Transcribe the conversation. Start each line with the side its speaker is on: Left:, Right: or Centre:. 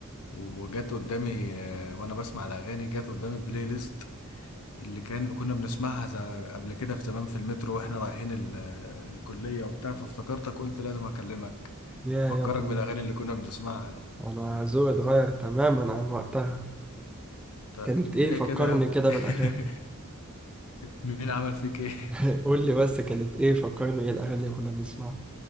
Left: وجت قدامي آه، وانا بسمع الاغاني جت قدامي بلاي ليست اللي كان كنا بنسمعها زي- قبل كده في تمام في المترو واحنا رايحين ال- آه، الكليه وبتاع فافتكرتك قلت لازم اكلمك
Centre: يا
Left: افكرك
Centre: يا ابني
Left: بالاغاني اللي كنا بنسمعها دي
Centre: انا ذوقي اتغير تماما عن وقتها
Left: طب
Centre: كانت
Left: ليه
Centre: ايه فكرني
Left: كده يا ابني
Centre: كده
Left: <laughs>
Centre: بالاغاني
Left: مين عمل فيك ايه
Centre: <laughs> قول لي بس كانت ايه فكرني ايه الاغاني اللي كنا بنسمعها